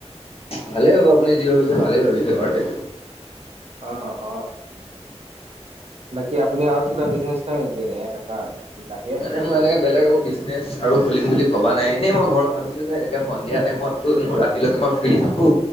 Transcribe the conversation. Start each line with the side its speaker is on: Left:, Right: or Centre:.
Left: ভালে হ'ব আপুনি যি ভাবিছে ভালেই ভাবিছে বাৰুতে।
Right: অ', অ' বাকী আপুনি আৰু কিবা বিজনেচ কৰে নেকি এনেকুৱা বাহিৰে?
Left: মানে মই এনেকে বেলেগো বিজনেছ আৰু খুলিম বুলি ভাবা নাই এনেই মই ঘৰত ভাবিছোঁ যে এতিয়া সন্ধিয়া টাইমত ত' <unintelligible> ৰাতিলৈকে মই ফ্ৰী থাকো।